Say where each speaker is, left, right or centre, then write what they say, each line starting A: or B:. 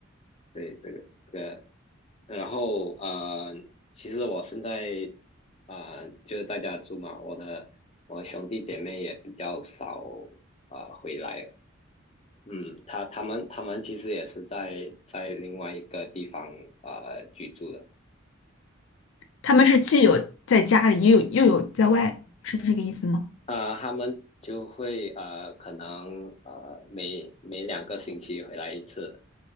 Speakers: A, on the left; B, on the left.
A: 对，这个这个，然后呃，其实我现在啊、呃就是在家住嘛，我的我兄弟姐妹也比较少啊、呃回来了嗯，他他们他们其实也是在在另外一个地方啊、呃居住的。
B: 他们是既有在家里，也有又有在外，是这个意思吗？
A: 啊，他们就会呃，可能呃，每每两个星期回来一次。